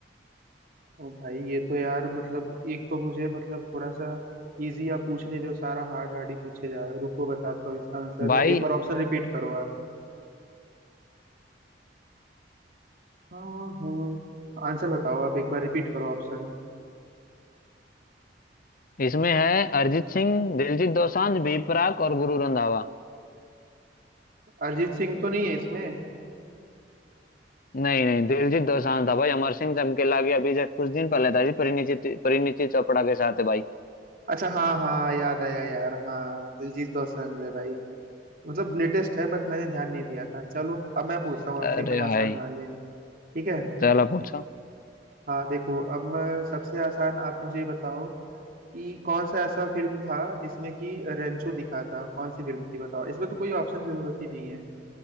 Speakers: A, on the right; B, on the left.
A: ओ भाई ये तो यार मतलब एक तो मुझे मतलब थोड़ा सा इजी आप पूछ नहीं रहे हो सारा हार्ड हार्ड ही पूछे जा रहे हो रुको बताता हूँ इसका आंसर
B: भाई
A: एक बार ऑप्शन रिपीट करो आप हाँ हाँ आंसर बताओ आप एक बार रिपीट करो ऑप्शन
B: इसमें है अरिजीत सिंह दिलजीत दोसांझ बीपराग और गुरु रंधावा
A: अरिजीत सिंह तो नहीं है इसमें
B: नहीं नहीं दिलजीत दोसांझ था भाई अमर सिंह चमकीला की अभी जब कुछ दिन पहले था जी परिणीति परिणीति चोपड़ा के साथ है भाई
A: अच्छा हाँ हाँ याद आया यार हाँ दिलजीत दोसांझ है भाई मतलब लेटेस्ट है बट मैंने ध्यान नहीं दिया था चलो अब मैं पूछता हूँ आपसे
B: अरे
A: एकदम
B: भाई
A: आसान वाले ठीक है
B: चलो पूछो
A: हाँ देखो अब अ, सबसे आसान आप मुझे बताओ कि कौन सा ऐसा फिल्म था जिसमें कि रेंचो दिखा था कौन सी फिल्म थी बताओ इसमें तो कोई ऑप्शन की जरूरत ही नहीं है